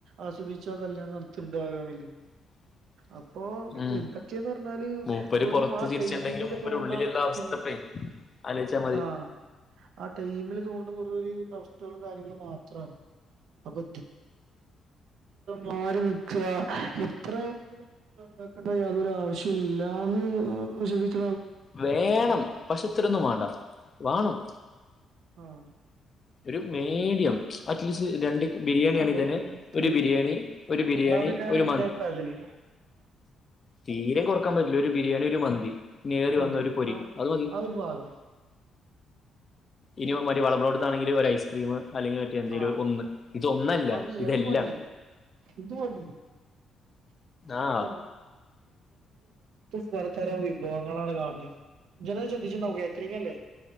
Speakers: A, on the right; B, on the left.
A: ആസ്വദിച്ചതാ കല്യാണം നടത്തുന്നുണ്ട് അവര് തമ്മില്
B: <inaudible>
A: അപ്പൊ
B: ഉം
A: എന്തൊക്കെയാന്ന് പറഞ്ഞാല്
B: മൂപ്പര്
A: വെറും
B: പുറത്ത്
A: ആ
B: ചിരിച്ചിണ്ടെങ്കിലും
A: ടൈമില്
B: മൂപ്പര്
A: തോന്നുന്ന
B: ഉള്ളിലുള്ള അവസ്ഥപ്പേ
A: ചിൻ
B: ആലോചിച്ചാ മതി
A: ആഹ് ആ ടൈമില് തോന്നു ന്ന വെറും ഒരു അവസ്ഥകളും കാര്യങ്ങളും മാത്രാണ്. അപ്പൊ മാറി നിക്കുക ഇത്രയൊന്നും <unintelligible> യാതൊരു ആവശ്യവും ഇല്ലാന്ന് വിശ്വസിച്ച
B: വേണം പക്ഷെ ഇത്രയൊന്നും വേണ്ട വേണം
A: ആഹ് <inaudible>
B: ഒരു മീഡിയം
A: ആഹ്
B: അറ്റ്ലീസ്റ്റ് രണ്ട് ബിരിയാണി ആണെങ്കിൽ
A: അത്രയൊന്നും
B: തന്നെ ഒരു ബിരിയാണി ഒരു ബിരിയാണി
A: വേണ്ടാന്നെ
B: ഒരു
A: എൻ്റെ അഭിപ്രായത്തില്
B: തീരെയും കുറക്കാൻ പറ്റില്ല ഒരു ബിരിയാണി ഒരു മന്തി ഇനിയേറി
A: മന്തി
B: വന്നാ ഒരു പൊരി
A: ആഹ്
B: അത് മതി
A: ആ ഒരു ഭാഗം
B: ഇനി <unintelligible>
A: ആഹ്
B: വിളമ്പുന്നിടത്താണങ്കില് ഒരു ഐസ്ക്രീം അല്ലെങ്കിൽ പറ്റിയ എന്തേലും
A: ആഹ്
B: ഒന്ന് ഇതൊന്നല്ല
A: മതി
B: ഇതെല്ലാം
A: അത് മതി ഇത് മതി <unintelligible>
B: ആ
A: പലതരം വിഭവങ്ങളാണ് കാണുന്നെ ഞാനത് ശ്രദ്ധിച്ചിരുന്നു കേറ്ററിംഗല്ലേ